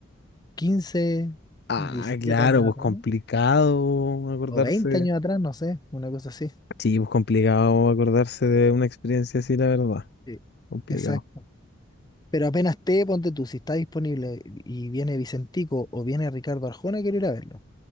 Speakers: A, on the left (about 20°); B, on the left (about 50°).
A: quince
B: Ah,
A: diecisiete
B: claro,
A: años
B: pues
A: atrás,
B: complicado acordarse.
A: o 20 años atrás, no sé, una cosa así.
B: Sí, pues complicado acordarse de una experiencia así, la verdad.
A: Sí.
B: Complicado.
A: Exacto. Pero apenas esté, ponte tú, si está disponible y viene Vicentico o viene Ricardo Arjona, quiero ir a verlo.